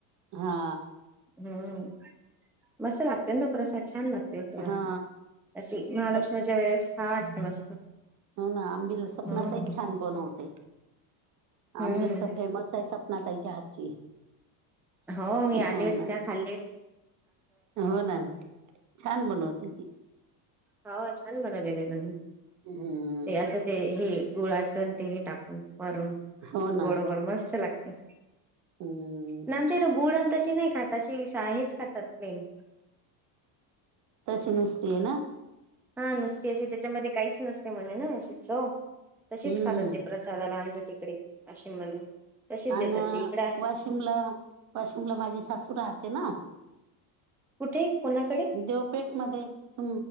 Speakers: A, on the right (about 40°); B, in the centre.
A: हा.
B: हम्म मस्त लागते ना प्रसाद छान लागत. तेून
A: हा
B: अशी महालक्ष्मीच्या
A: सप
B: वेळेस हा वाटत मस्त.
A: हो ना आंबीला
B: हम्म
A: स्वपनातही छान बनवते.
B: हम्म
A: आंबिल तर फेमस आहे सपना तईच्या हातची.
B: हो मी
A: हो
B: आली होती
A: ना
B: तेव्हा खाल्ले होते.
A: हो ना छान बनवते ती.
B: होाछान बनवले गले त्यां
A: हम्म
B: ते असं ते हे. गुळाच तेही टाकून मरून
A: हो ना
B: गोडगोड मस्त लागते.
A: हम्म
B: ना आमच्या इथं गुड आणि तशी नाही खात अशी हेच खातात. न.
A: तसे नस्तेन.
B: हा नुसती अशी त्याच्यामध्ये काहीच नसते म्हणे ना अशी चव. तसेच
A: हम्म
B: खातात
A: हम्म
B: ते प्रसादाला आमच्या तिकडे वाशिम मध्ये. तशीच देतात
A: अ
B: ते इकडे
A: वाशिमला वाशिमला माझी सासू राहते ना.
B: कुठे? कोणाकडे
A: देवपेठ मध्ये त